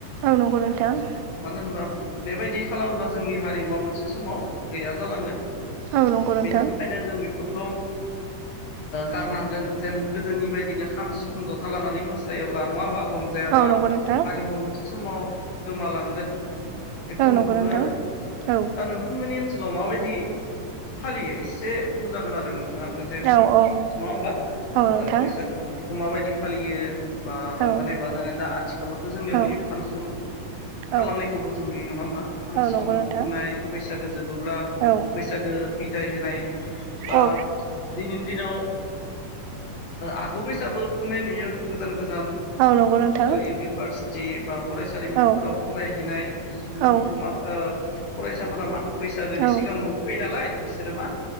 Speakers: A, on the right; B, on the left.
A: औ नंगौ नोंथां।
B: मानो होनबा बेबायदि खालामब्ला जोंनि हारिमुवा मोनसे समाव गैया जालांगोन।
A: औ नंगौ नोंथां
B: बेनि थाखायनो जों बेफोरखौ गारनांगोन जेन गोदोनि बायदिनो खाम सिफुं जथा लानानै मोसायोब्ला नङा होमबा? रंजायाब्ला
A: औ नंगौ नोंथां
B: हारिमु मोनसे समाव गोमालांगोन बेखौ
A: औ नंगौ
B: नुहुरो
A: नोंथां
B: आरो।
A: औ
B: दा नोंथांमोननि ओनसोलाव माबायदि फालियो एसे बुंजागोन आरो नों थाङाबो जेन
A: औ औ
B: नङा होमबा
A: औ नोंथां
B: बैसागो बोथोरखौ माबायदि फालियो। बा रंजानाय
A: औ
B: बाजानाय दा आ थिखालावथ' जोंनियाव
A: औ
B: नै फांसन खालामनायखौबो
A: औ
B: जों नुयो नङा होमबा फांसन
A: औ नंगौ नोंथां
B: खुंनाय बैसागो जोबोब्ला
A: औ
B: बैसागो बिदाय होनाय। दा
A: औ
B: दिनैनि दिनाव। आगु बैसाबो खुंनाय नुयो गोजान गोजान
A: औ नंगौ नोंथां
B: इउनिभार्स सिटि बाफरायसालिमाफोराव
A: औ
B: फरायहैनाय सुबुंफोरखौ
A: औ
B: मा फरायसाफोरा मा बैसागोनि
A: औ
B: सिगां न'आव फैयो नालाय बिसोरो मा